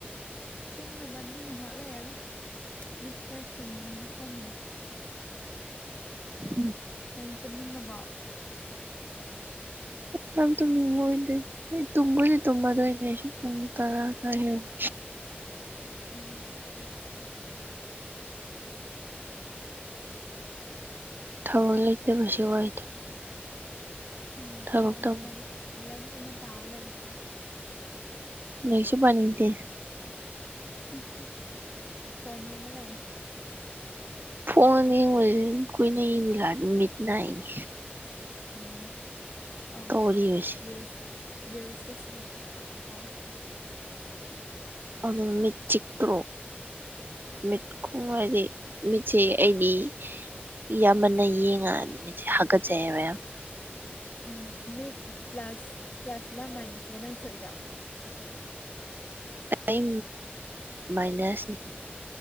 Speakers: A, on the left (about 50°); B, on the right (about 55°).
A: ꯇꯨꯝꯃꯗꯝꯅꯤ ꯉꯥꯏꯍꯥꯛ ꯂꯩꯔꯒ ꯃꯤꯠ ꯈꯔ ꯁꯤꯡꯉꯤꯅ ꯐꯝꯃꯤꯅꯤ
B: ꯎꯝ
A: ꯅꯪ ꯇꯨꯝꯅꯤꯡꯉꯕꯣ
B: ꯌꯥꯝ ꯇꯨꯝꯅꯤꯡꯕ ꯑꯣꯏꯗꯦ ꯑꯩ ꯇꯨꯝꯕꯨꯗꯤ ꯇꯨꯝꯃꯗꯣꯏꯅꯦ ꯑꯩꯁꯨ ꯄꯨꯡ ꯇꯔꯥ ꯈꯔ ꯍꯦꯟꯕ
A: ꯎꯝ
B: ꯊꯕꯛ ꯂꯩꯇꯕꯁꯦ ꯋꯥꯏꯗ
A: ꯎꯝ
B: ꯊꯕꯛ
A: ꯋꯥꯕꯅꯤ
B: ꯇꯧ
A: ꯂꯥꯏꯔꯤꯛ ꯂꯥꯏꯔꯤꯛ ꯑꯣꯏꯅ ꯄꯥꯔ ꯂꯩꯌꯣ
B: ꯂꯥꯏꯔꯤꯛꯁꯨ ꯄꯥꯅꯤꯡꯗꯦ
A: ꯍꯍ ꯍ ꯐꯣꯟ ꯌꯦꯡꯉ ꯂꯩꯌꯣ
B: ꯐꯣꯟ ꯌꯦꯡꯕꯖꯤ ꯀꯨꯏꯅ ꯌꯦꯖꯤꯟꯂꯛꯑꯗꯤ ꯃꯤꯠ ꯅꯥꯏꯅꯦ
A: ꯎꯝ ꯑꯧ
B: ꯇꯧꯔꯤꯕꯁꯦ
A: ꯔꯤꯜꯁ ꯔꯤꯜꯁ ꯇꯥ ꯁꯨꯝ ꯀꯣ
B: ꯑꯗꯨ ꯃꯤꯠ ꯆꯤꯛꯇ꯭ꯔꯣ ꯃꯤꯠ ꯈꯨꯝꯒ꯭ꯔꯗꯤ ꯃꯤꯠ ꯆꯤꯛꯑꯦ ꯑꯩꯗꯤ ꯏ ꯌꯥꯝꯃꯟꯅ ꯌꯦꯡꯉꯛꯑꯗꯤ ꯃꯤꯠꯁꯦ ꯍꯥꯀꯠꯆꯩꯕ ꯌꯥꯝ
A: ꯎꯝ ꯃꯤꯠ ꯄ꯭ꯂꯁ ꯄ꯭ꯂꯁꯂ ꯃꯥꯏꯅꯁꯂ ꯅꯪ ꯁꯣꯛ ꯏꯗꯣ
B: ꯑꯩ ꯃꯥꯏꯅꯁꯅꯤ